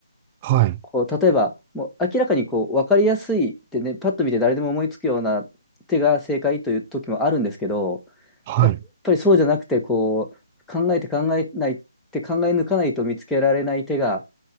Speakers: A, on the right; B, in the centre.
A: はい。
B: こう、例えば、もう明らかにこう、分かりやすいってね、パッと見て誰でも思いつくような手が正解という時もあるんですけど、
A: はい。
B: やっぱりそうじゃなくて、こう、考えて考えないって考え抜かないと見つけられない手が、